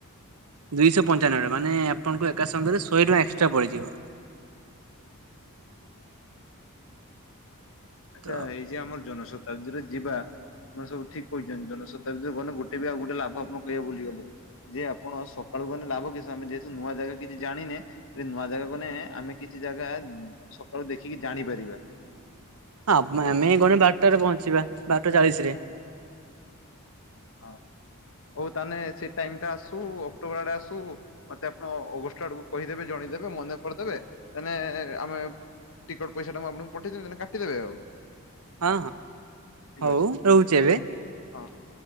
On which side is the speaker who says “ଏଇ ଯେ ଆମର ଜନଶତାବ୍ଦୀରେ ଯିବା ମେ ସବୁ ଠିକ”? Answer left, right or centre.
Left